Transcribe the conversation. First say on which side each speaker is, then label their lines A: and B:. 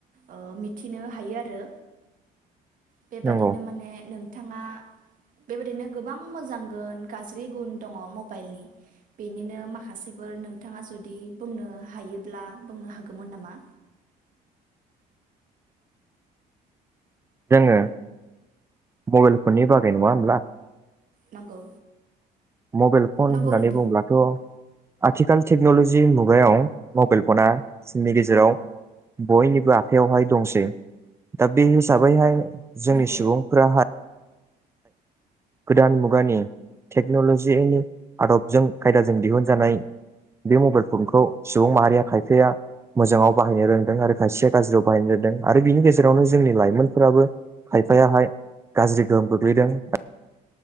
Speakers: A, on the right; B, on the right.
A: ओ मिथिनो हायो आरो बेबादिनो
B: नंगौ
A: माने नोंथाङा बेबायदिनो गोबां मोजां गोन गाज्रि गुन दङ मबाइलनि बेनिनो माखासेफोर नोंथाङा जुदि बुंनो हायोब्ला बुंनो हागौमोन नामा
B: जोङो मबाइल फननि बागै नङा होनब्ला
A: नंगौ
B: मबाइल फन
A: नंगौ
B: होननानै
A: नोंथां
B: बुंब्लाथ' आथिखाल टेक्न'लजि मुगायाव मबाइल फना जोंनि गेजेराव बयनिबो आखायावहाय दंसै दा बे स हिसाबैहाय जोंनि
A: नंगौ
B: सुबुंफ्राहाय गोदान मुगानि टेक्न'लजिनि आदबजों खायदाजों दिहुनजानाय बे मबाइल फनखौ सुबुं माहारिया खायफाया मोजाङाव बाहायनो रोंदों आरो खायसेया गाज्रियाव बाहायनो रोंदों आरो बिनि गेजेरावनो जोंनि लाइमोनफोराबो खायफायाहाय गाज्रि गोहोम गो <unintelligible>